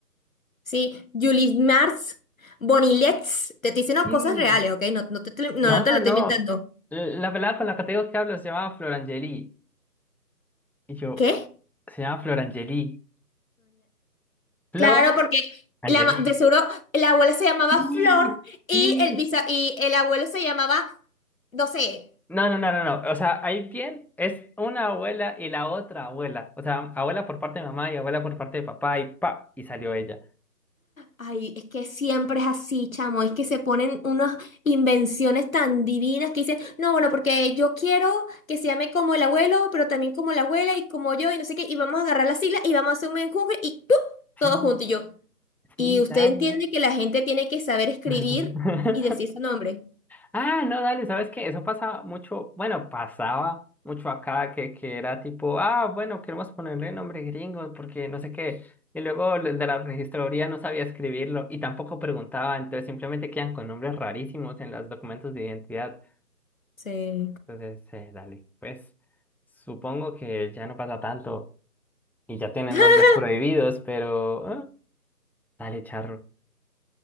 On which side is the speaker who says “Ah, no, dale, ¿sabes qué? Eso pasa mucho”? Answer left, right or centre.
Centre